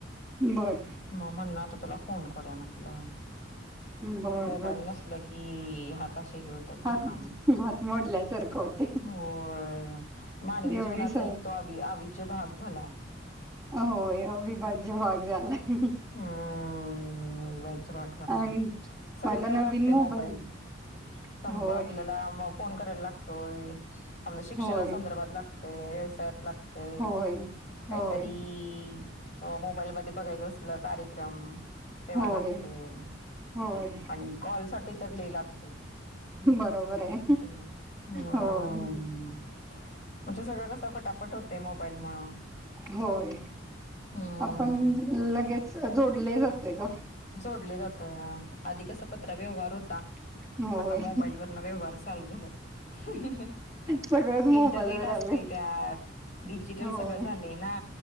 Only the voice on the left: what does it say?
मग म्हणल आता तुला फोन करुया म्हंटलं.
मोबाईल
नसल की, हाता अशे हे होतात रिकामे.
होय मानवी
जीवनाचा
एक तो अविभाज्य भाग झालाय.
हम्म अविभाज्य भाग झालाय
सगळीकडे
लागते
<inaudible>
आपल्याला फोन करायला लागतोय, आपल्या शिक्षणा
संदर्भात लागतेय, व्यवसाया लागतंय,
काहीतरी
मोबाईल मध्ये बघायच असल कार्यक्रम तेव्हा
लागतय.
आणि कॉल साठी तर लय लागतोय. हाय
का नाही. हम्म
म्हणजे सगळं कसं पटापट होते मोबाईल मूळ.
हम्म.
जोडले जातोय आ. आधी कसा पत्र व्यवहार होता.
आता मोबाईल वरन व्यवहार चालू झालेत.
इंटरनेट
असते
त्यात डिजिटल
सगळं झाले ना.